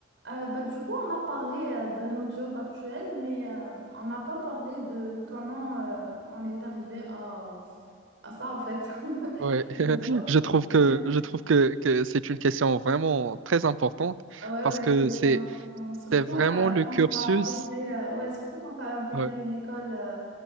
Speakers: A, on the right; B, on the right.
A: Euh, bah, du coup, on a parlé euh, de nos jobs actuels, mais euh, on n'a pas parlé de comment euh, on est arrivé à, à ça, en fait, <laughs>
B: Ouais, <laughs>
A: nos jobs.
B: je trouve que
A: Ouais,
B: je trouve que, que c'est une question vraiment très importante
A: ouais,
B: parce
A: ouais,
B: que
A: c'est hyper
B: c'est
A: important. Surtout
B: c'est vraiment
A: euh,
B: le
A: quand
B: cursus.
A: tu as intégré, euh, ouais, surtout quand tu intégré
B: Ouais,
A: une école euh,